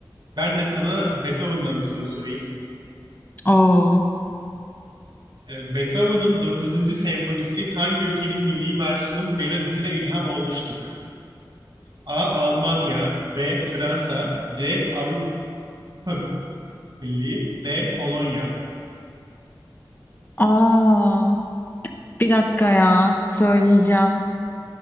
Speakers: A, on the right; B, on the left.
A: ben de sana Beethoven'dan bir soru sorayım.
B: <laughs> Oo.
A: Ee, Beethoven'ın 9. senfonisi hangi ülkenin milli marşının melodisine ilham olmuştur? A. Almanya B. Fransa C. Avrupa Avrupa Birliği D. Polonya.
B: Aa. Bir dakika ya. Söyleyeceğim.